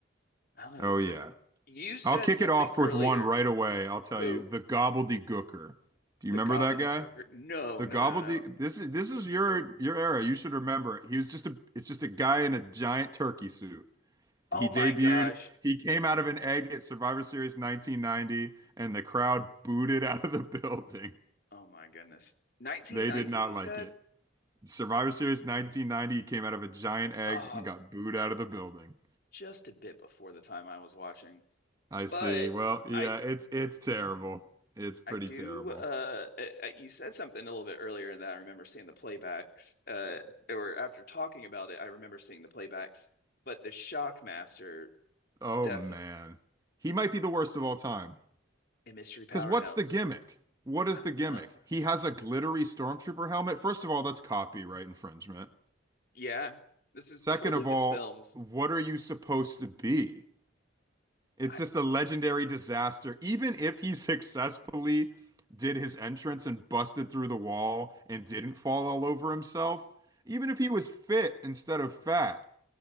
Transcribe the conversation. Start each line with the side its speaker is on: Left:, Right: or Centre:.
Left: I don't know.
Right: Oh
Left: uh,
Right: yeah.
Left: You said
Right: I'll kick
Left: something
Right: it off with
Left: earlier.
Right: one right away. I'll tell
Left: Who?
Right: you, the gobbledygooker. Do you
Left: The
Right: remember
Left: gobbledygooker?
Right: that guy?
Left: No,
Right: The
Left: no,
Right: gobbledygook.
Left: no, no.
Right: This is this is your your era. You should remember. He was just a. It's just a guy in a giant turkey suit.
Left: Oh
Right: He
Left: my
Right: debuted.
Left: gosh.
Right: He came out of an egg at Survivor Series 1990, and the crowd booed it out of the <laughs> building.
Left: Oh my goodness. 1990,
Right: They did not
Left: you
Right: like
Left: said?
Right: it. Survivor Series 1990 he came out of a giant egg
Left: Ah,
Right: and got booed out of the building.
Left: just a bit before the time I was watching.
Right: I see.
Left: But
Right: Well, yeah,
Left: I
Right: it's it's terrible. It's pretty
Left: I do
Right: terrible.
Left: uh I, I- you said something a little bit earlier and that I remember seeing the playbacks. Uh there were after talking about it, I remember seeing the playbacks, but the Shockmaster
Right: Oh
Left: definitely
Right: man. He might be the worst of all time.
Left: a mystery powerhouse.
Right: Because what's the gimmick? What is
Left: I
Right: the
Left: don't
Right: gimmick?
Left: know.
Right: He has a glittery stormtrooper helmet. First of all, that's copyright infringement.
Left: Yeah. This is
Right: Second
Left: before Lucasfilms.
Right: of all, what are you supposed to be? It's
Left: I,
Right: just a legendary disaster. Even if he <laughs> successfully did his entrance and busted through the wall and didn't fall all over himself, even if he was fit instead of fat,